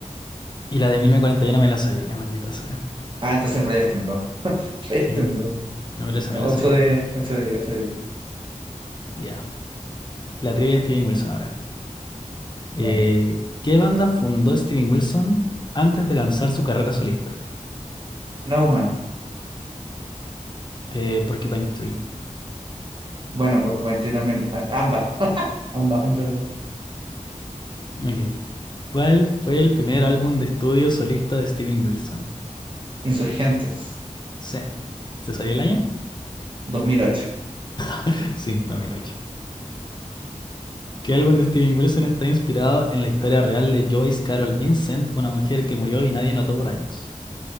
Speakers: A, on the left; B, on the right.
A: Y la de 1041 me la sabía, maldita sea.
B: Ah, entonces fallaste en dos. <laughs> Fallaste
A: Sí,
B: en dos.
A: ahora esa me
B: Ocho
A: la sabía.
B: de, ocho de diez, ocho de diez.
A: Ya. La trivia de Steven Wilson ahora. Eh,
B: Vale.
A: ¿qué banda fundó Steven Wilson antes de lanzar su carrera solista?
B: No Man.
A: Eh, Porcupine Tree.
B: Bueno, por Coventry también. a- Ambas. <laughs> Ambas, en verdad.
A: Ok. ¿Cuál fue el primer álbum de estudio solista de Steven Wilson?
B: Insurgentes.
A: Sí. ¿Se sabía el año?
B: 2008.
A: <laughs> Sí, 2008. ¿Qué álbum de Steven Wilson está inspirado en la historia real de Joyce Carol Vincent, una mujer que murió y nadie notó por años?